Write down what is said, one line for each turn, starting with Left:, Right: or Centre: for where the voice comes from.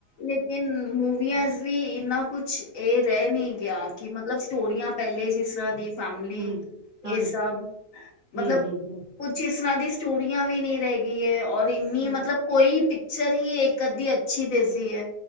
Left: ਲੇਕਿਨ ਮੂਵੀਆਂ
Right: ਹੂੰ
Left: ਅਸ ਵੀ ਇੰਨਾ ਕੁਛ ਇਹ ਰਹਿ ਨੀ ਗਿਆ ਕਿ ਮਤਲਬ ਸਟੋਰੀਆਂ ਪਹਿਲੇ ਜਿਸ ਤਰ੍ਹਾਂ ਦੀ ਫੈਮਲੀ,
Right: ਹੂੰ
Left: ਇਹ
Right: ਹਾਂਜੀ
Left: ਸਭ ਮਤਲਬ
Right: ਹੂੰ ਹੂੰ ਹੂੰ
Left: ਕੁੱਛ ਇਸ ਤਰ੍ਹਾਂ ਦੀ ਸਟੋਰੀਆਂ ਵੀ ਨੀ ਰਹਿ ਗਈ ਐ ਔਰ ਇੰਨੀ
Right: ਹੂੰ
Left: ਮਤਲਬ ਕੋਈ ਪਿਚਰ ਈ ਇੱਕ ਅੱਧੀ ਅੱਛੀ ਦਿਸਦੀ ਐ